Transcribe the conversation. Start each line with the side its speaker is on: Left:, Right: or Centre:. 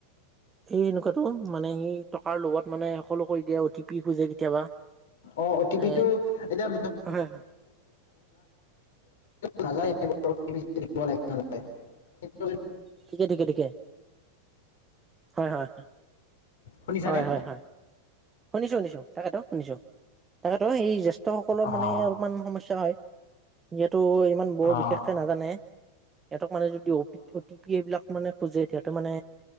Right: এই এনেকুৱাতো মানে সি টকাৰ লগবত মানে সকলো কৰি দিয়ে অ টি পি খোজে কেতিয়াবা
Left: অ অ' টি
Right: এ
Left: পি টো এতিয়া
Right: হয় হয়
Left: নাযায়
Right: ঠিকে ঠিকে ঠিকে। হয় হয়।
Left: শুনিছানে?
Right: হয় হয় হয় শুনিছো শুনিছো তাকেতো শুনিছো তাকেতো এই জ্যেষ্ঠসকলৰ
Left: অ'
Right: মানে অলপমান সমস্যা হয়। <unintelligible> ত ইমান বৰ
Left: অ'
Right: বিশেষকে নাজানে সিহঁতক মানে যদি অ অ টি পি এইবিলাক মানে। খোজে সহতে মানে